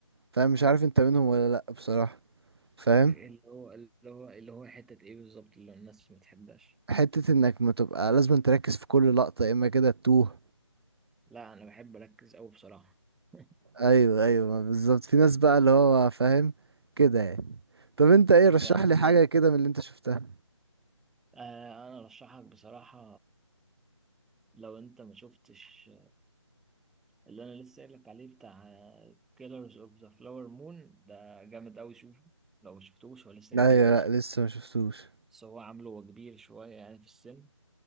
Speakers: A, on the right (about 55°); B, in the centre.
A: فاهم مش عارف انت منهم ولا لا بصراحة فاهم
B: اللي هو اللي هو اللي هو حتة ايه بالظبط اللي الناس ما بتحبهاش
A: حتة انك ما تبقى لازم تركز في كل لقطة يا اما كده تتوه
B: لا انا بحب اركز قوي بصراحة <laughs>
A: ايوه ايوه ما بالظبط في ناس بقى اللي هو فاهم كده يعني طب انت ايه
B: طب
A: رشح
B: يعني
A: لي حاجة كده من اللي انت شفتها
B: آه انا ارشحك بصراحة لو انت ما شفتش اللي انا لسه قايل لك عليه بتاع كيلرز اوف ذا فلاور مون ده جامد قوي شوفه لو ما شفتوش هو لسه جديد
A: ايوه
B: اصلا
A: لا لسه ما شفتوش
B: بس هو عامله هو كبير شوية يعني في السن